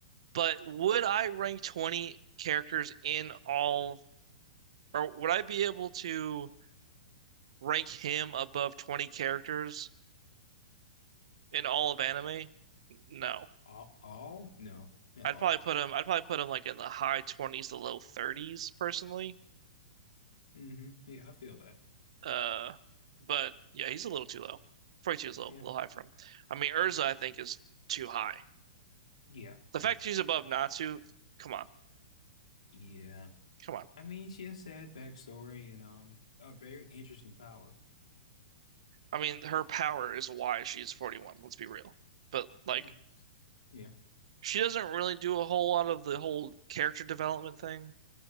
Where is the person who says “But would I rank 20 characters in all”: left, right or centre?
Right